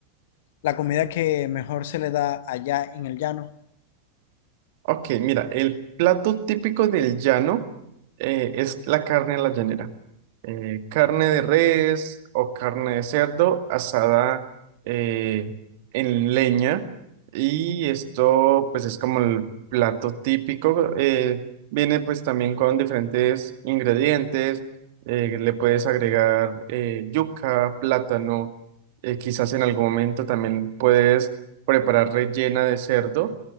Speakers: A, on the left (about 55°); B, on the right (about 50°).
A: la comida que mejor se le da allá en el llano?
B: Ok, mira, el plato típico del llano eh, es la carne a la llanera. eh, carne de res o carne de cerdo asada eh, en leña. Y esto pues es como el plato típico. eh, viene pues también con diferentes ingredientes. eh, le puedes agregar eh, yuca, plátano. eh, quizás en algún momento también puedes preparar rellena de cerdo.